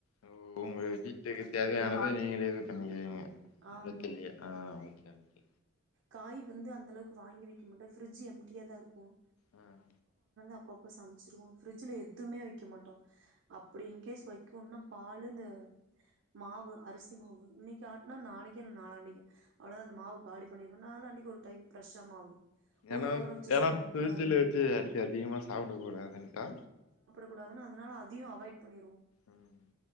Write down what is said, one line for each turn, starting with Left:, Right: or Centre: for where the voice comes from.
Left: ஓ உங்க வீட்டுக்கு தேவையானதை
Right: காய்
Left: நீங்க இது பண்ணிக்கீங்க <unintelligible>
Right: ஆமா
Left: ஆஹ் ஓகே ஓகே
Right: காய் வந்து அந்த அளவுக்கு வாங்கி வக்க மாட்டோம் ஃபரிட்ஜ் எம்டியாக தான் இருக்கும்
Left: உஹம்
Right: அப்பப்ப சமைச்சிருவோம் ஃப்ரிஜ்ட்ல எதுவுமே வைக்க மாட்டோம் அப்படி இன்கேஸ் வைக்கணும்னா பால் இந்த மாவு அரிசி மாவு இன்னக்கு ஆட்டனா நாளைக்கு நாலாண்டக்கு அவ்வளவுதான் அந்த மாவு காலி பண்நிருவோம் நாலாண்டக்கு ஒரு டைம் ப்ரெஷ் அஹ் மாவு
Left: ஏன்னா
Right: ஒரு வாரோ வச்சு
Left: ஏனா
Right: சாப்ட
Left: பிரிஜில
Right: கூடாதுன்னு
Left: வச்சு அடிக்கடி அதிகமா சாப்டக் கூடாதுன்ட்டா
Right: கூடாதுன அதனால அதையும் அவாய்ட் பண்ணிருவோ
Left: ம் ம்